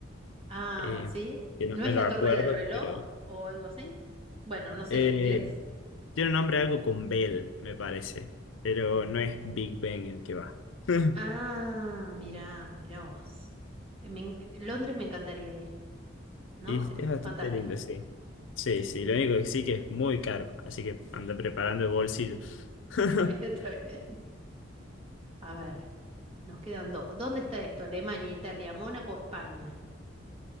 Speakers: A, on the right (about 30°); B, on the left (about 80°).
A: Ah,
B: eh,
A: sí.
B: que no
A: ¿No
B: me
A: es la
B: lo acuerdo,
A: torre del reloj
B: pero
A: o algo así? Bueno, no sé,
B: eh,
A: en inglés.
B: tiene un nombre algo con Bell, me parece, pero no es Big Ben el que va. <laughs>
A: Ah, mirá, mirá vos. Eh, me en- Londres me encantaría ir, ¿no?
B: Es,
A: Es
B: es
A: fantástico.
B: bastante lindo, sí. Sí,
A: Sí.
B: sí, lo único que sí que es muy caro, así que anda preparando el bolsillo.
A: <laughs>
B: <laughs>
A: Está bien, está bien. A ver, nos quedan dos. ¿Dónde está esto? ¿Alemania, Italia, Mónaco o España?